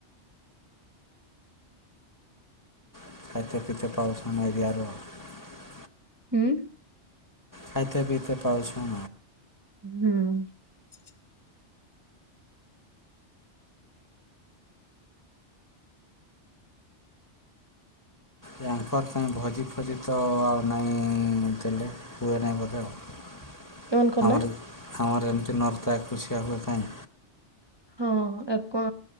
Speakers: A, on the left; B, on the right.
A: <inaudible>
B: ହୁଁ।
A: ଖାଇତେ ପିଇତେ ପାଉଛୁ।
B: ହୁଁ।
A: ୟାଙ୍କର କାଇଁ ଭୋଜି ଫୋଜି ତ ଆଉ ନାଇଁ ଦେଲେ ହୁଏ ନାହିଁ ବୋଧେ ଆଉ।
B: ଅନ୍ କରନା
A: ଆମର ଆମର ଏମିତି ନର୍ତା ଏକୁସିଆ ହୁଏ କଇଁ?
B: ହଁ ଏକ